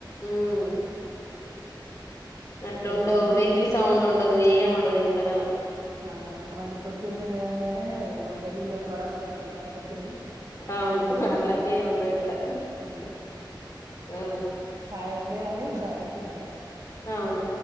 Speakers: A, on the left; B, on the right.
A: ఉమ్ అట్లా
B: ఏ
A: ఉండదు
B: పొద్దున్నే
A: వెహికల్ సౌండ్ ఉండదు త్తగను
B: ఆ మళ్ళీ పొద్దున్న లేవగానేమన గదిలో గొడవలు పెట్టుకుంటారా పొద్దున్నే
A: అవును
B: అట్లుండదు
A: అట్లాంటి
B: ఇగ
A: ఏమి ఉండవు ఇక్కడ
B: అంతే
A: ఆ
B: హాయ్ అంటడి హాయి్ బాయ్ అంటే బాయ్
A: అవును